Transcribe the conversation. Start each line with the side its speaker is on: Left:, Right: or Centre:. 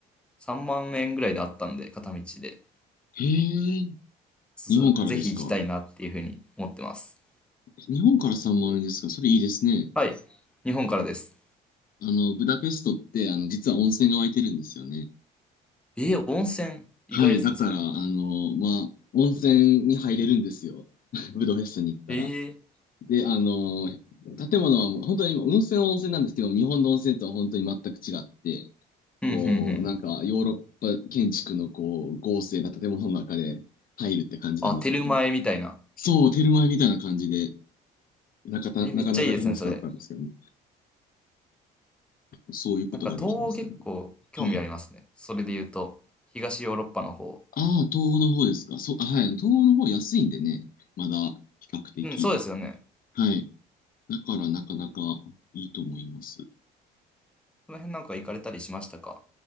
Centre: 3万円ぐらいであったんで、片道で。
Left: へえ、
Centre: そうぜひ行きたいなっていうふうに思ってます。
Left: 日本からですか。日本から3万円ですか。それいいですね。
Centre: はい。日本からです。
Left: あの、ブダペストって、あの、実は温泉が湧いてるんですよね。
Centre: えー、温泉。意外ですね、
Left: はい。だから、
Centre: それ。
Left: あの、まあ、温泉に入れるんですよ。<laughs> ブダペストに行ったら。
Centre: えー、
Left: で、あの、建物はもう、本当に今、温泉は温泉なんですけど、日本の温泉とは本当に全く違って、
Centre: うん、
Left: こう、
Centre: うん、うん。
Left: なんかヨーロッパ建築のこう、豪勢な建物の中で入るって感じなんですけども。
Centre: あ、テルマエみたいな。
Left: そう、テルマエみたいな感じで、なかた、
Centre: えー、
Left: なかなか楽しかったんですけども、
Centre: めっちゃいいですね、それ。
Left: そういうことができますね。
Centre: なんか、東欧結構興味ありますね。
Left: はい。
Centre: それで言うと、東ヨーロッパの方。
Left: ああ、東欧の方ですか。そう、あはい。東欧の方安いんでね、まだ比較的。
Centre: うん、そうですよね。
Left: はい。だからなかなかいいと思います。
Centre: その辺なんか行かれたりしましたか